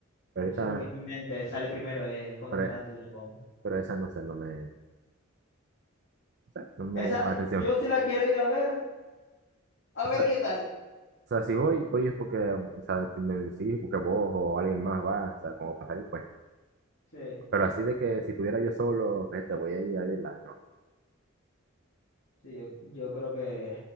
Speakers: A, on the right; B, on the left.
A: Pero
B: Que no
A: esa,
B: sé por qué en mi mente sale primero es ¿Cómo
A: pero,
B: entrenar a tu dragón?
A: pero esa no sé, no me, o sea, no me
B: Esa,
A: llama la atención.
B: yo sí la quiero ir a ver. A
A: O
B: ver
A: sea,
B: qué tal.
A: o sea, si voy, voy es porque, o sea, si me decís, porque vos o alguien más va, o sea, como para salir, pues.
B: Sí.
A: Pero así de que si tuviera yo solo, este, voy a ir a verla, no.
B: Sí, yo, yo creo que